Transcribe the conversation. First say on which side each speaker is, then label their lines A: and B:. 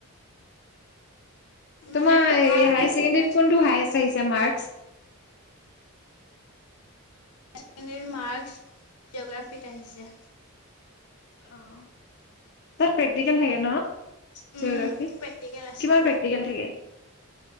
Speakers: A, on the left; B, on the left.
A: মানে
B: তোমাৰ
A: পঢ়াত
B: হায়াৰ
A: ইমান
B: ছেকেণ্ডেৰীত
A: ইণ্টাৰেষ্ট
B: কোনটো
A: নিদিয়ে
B: হাইয়েছ
A: যে
B: আহিছে মাৰ্ক্স?
A: হায়াৰ চেকেণ্ডেৰীৰ মাৰ্ক্স জোগ্ৰাফিত আহিছে।
B: অঁহ, তাত প্ৰেক্টিকেল থাকে ন?
A: উম
B: জোগ্ৰাফিত,
A: প্ৰেক্টিকেল আছিল
B: কিমান প্ৰেক্টিকেল থাকে?